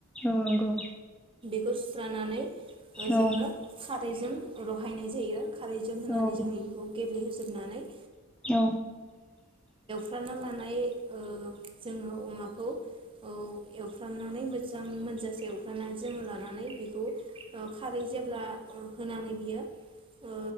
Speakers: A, in the centre; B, on the right.
A: औ नंगौ
B: - सुस्रानानै ओ
A: औ
B: जोङो खारैजों रहायनाय जायो खारैजों होनानै
A: औ
B: जोङो एखौ गेब्लेहोजोबनानै
A: औ
B: मना लानाय जोङो अमाखौ औ एवफ्रामनानै मोजां मोनजासे एवग्रानानै जोङो लानानै बेखौ खारै जेब्ला ओ होनानै बियो ओ